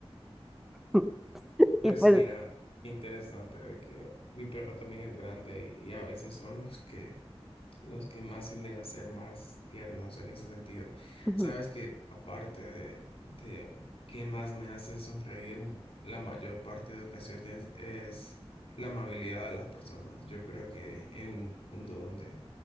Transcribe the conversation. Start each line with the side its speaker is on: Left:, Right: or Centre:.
Centre: <laughs>
Left: Pues
Centre: Y pues,
Left: mira, interesante de que mi perro también es grande y, y a veces son los que los que más tienden a ser más tiernos en ese sentido.
Centre: ujú,
Left: Sabes que aparte de, de qué más me hace sonreír, mu- la mayor parte de ocasiones es la amabilidad de las personas. Yo creo que en un mundo donde